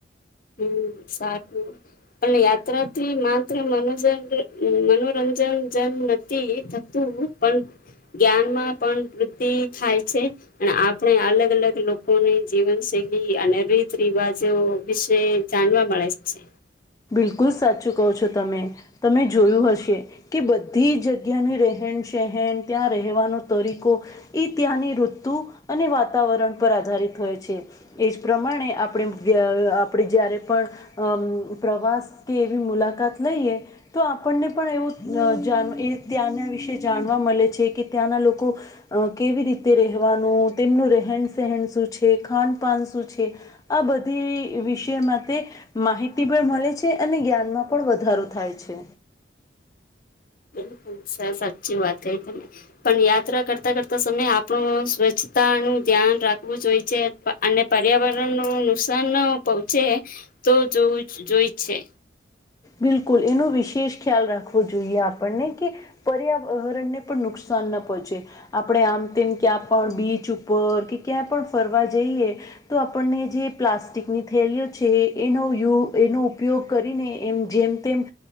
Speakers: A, on the left (about 50°); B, on the left (about 20°).
A: હુ સારુ. પણ યાત્રાથી માત્ર મનોજન મનોરંજન જેન નથી થતું. પણ જ્ઞાન માં પણ વૃદ્ધિ થાય છે. અને આપણે અલગ અલગ લોકોની જીવનશૈલી અને રીત રિવાજો વિશે જાણવા મળે છે.
B: બિલકુલ સાચું કહ છો તમે તમે જોયું હશે. કે બધી જગ્યાની રહેન સહેન ત્યાં રહેવાનો તરીકો. એ ત્યાંની ઋતુ અને વાતાવરણ પર આધારિત હોય છે. એજ પ્રમાણે આપણે આપણે જારે પણ અમ પ્રવાસ કે એવી મુલાકાત લઈએ. તો આપણને પણ એવું અ જાન એ ત્યાંના વિશે જાણવા મળે છે કે ત્યાંના લોકો અ કેવી રીતે રહેવાનું, તેમનું રહેન સેહન શું છે, ખાન પાન શું છે. આ બધી વિષય મતે માહિત તી પણ મલે છે. અને જ્ઞાનમાં પણ વધારો થાય છે.
A: ખૂબ સર સાચી વાત કહી તમે. પણ યાત્રા કરતા કરતા સમયે આપણો સ્વચ્છતાનું ધ્યાન રાખવું જોઈએ છે. અને પર્યાવરણનું નુકસાન ન પહોંચે તો જોવું જોઈ છે.
B: બિલકુલ એનો વિશેષ ખ્યાલ રાખવો જોઈએ આપણને કે પર્યાવરણને પણ નુકસાન ન પહોંચે. આપણે આમ તેમ ક્યાં પણ બીચ ઉપર કે ક્યાં પણ ફરવા જઈએ. તો આપણને જે પ્લાસ્ટિકની થેલીઓ છે એનો યુ એનો ઉપયોગ કરીને એમ જેમ તેમ